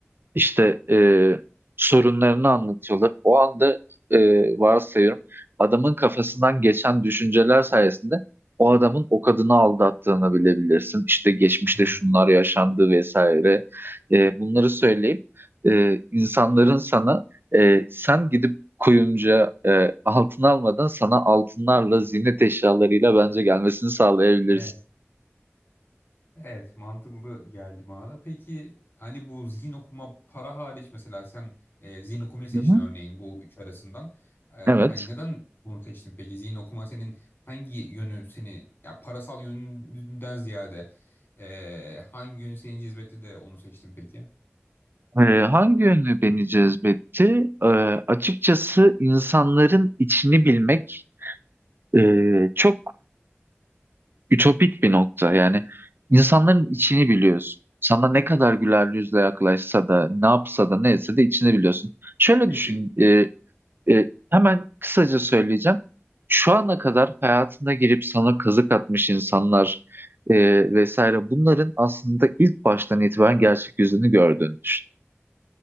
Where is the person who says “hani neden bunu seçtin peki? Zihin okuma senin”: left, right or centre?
Left